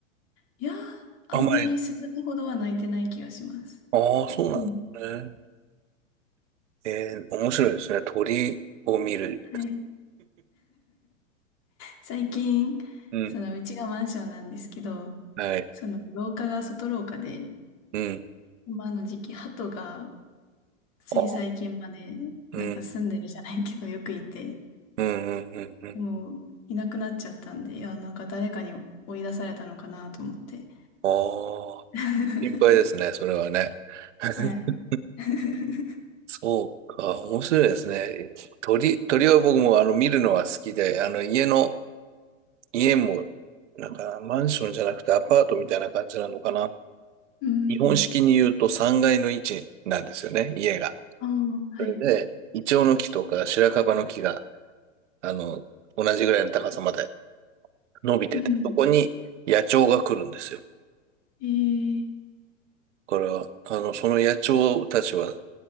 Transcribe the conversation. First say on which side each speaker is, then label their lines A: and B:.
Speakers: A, on the left; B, on the right.
A: いやー、あんまり鈴鹿ほどは泣いてない気がします。
B: あんまり。ああ、そうなんですね。
A: うん。
B: えー、面白いですね。鳥を見る。
A: はい。最近、
B: うん。
A: その、うちがマンションなんですけど、
B: はい。
A: その、廊下が外廊下で、
B: うん。
A: 今の時期、鳩が、つい最近まで、
B: あ、うん。
A: なんか住んでるじゃないけど、よくいて、
B: うんうんうんうん。
A: でも、いなくなっちゃったんで、いや、なんか誰かに追い出されたのかなと思って。
B: ああ、
A: <laughs>
B: 心配ですね、それはね。<laughs>
A: はい。<laughs>
B: そうか、面白いですね。鳥、鳥は僕もあの見るのは好きで、あの家の、家も、なんかマンションじゃなくてアパートみたいな感じなのかな。
A: うん。
B: 日本式に言うと3階の位置なんですよね、家が。
A: ああ、はい。
B: それで、イチョウの木とか白樺の木が、あの、同じぐらいの高さまで伸びてて、
A: うん。
B: そこに野鳥が来るんですよ。
A: えー、
B: だから、あの、その野鳥たちは、